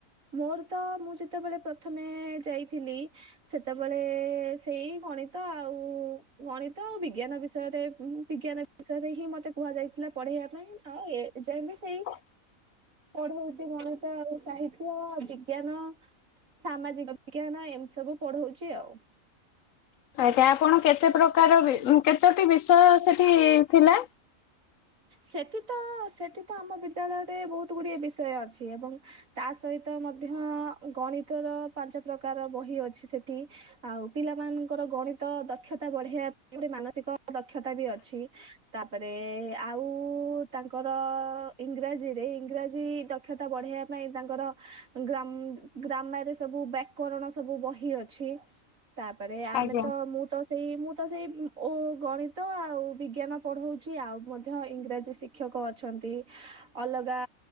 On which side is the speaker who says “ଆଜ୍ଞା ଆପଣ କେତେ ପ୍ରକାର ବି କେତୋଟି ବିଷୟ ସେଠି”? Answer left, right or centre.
Left